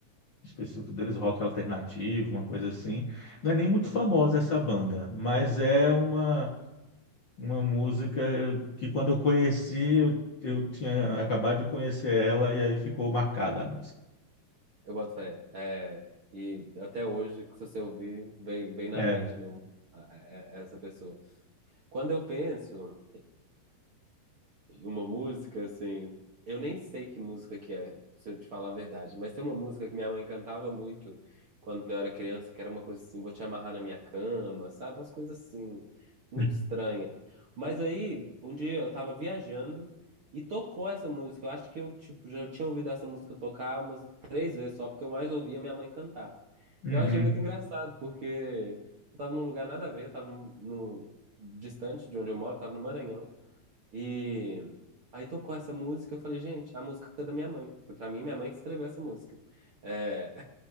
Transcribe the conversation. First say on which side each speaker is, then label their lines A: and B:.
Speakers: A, on the left; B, on the right.
A: específico deles, rock alternativo, uma coisa assim. Não é nem muito
B: Aham.
A: famosa essa banda, mas é uma, uma música que quando eu conheci, eu, eu tinha acabado de conhecer ela e aí ficou marcada a música.
B: Eu boto fé. É, e até hoje, que se você ouvir, vem, vem na
A: É,
B: mente, né? um- a- a- a- Essa pessoa. Quando eu penso uma música, assim. Eu nem sei que música que é, se eu te falar a verdade, mas tem uma música que minha mãe cantava muito quando eu era criança, que era uma coisa assim, vou te amarrar na minha cama, sabe? Umas coisas assim, muito
A: <laughs>
B: estranha. Mas aí, um dia eu tava viajando e tocou essa música. Eu acho que eu, tipo, já tinha ouvido essa música tocar umas três vezes só, porque eu mais ouvia minha mãe cantar.
A: uhum,
B: Eu achei muito engraçado, porque eu tava num lugar nada a ver, eu tava no, no- distante de onde eu moro, tava no Maranhão. E aí tocou essa música, eu falei, gente, a música é da minha mãe. Pra mim, minha mãe que escreveu essa música. É,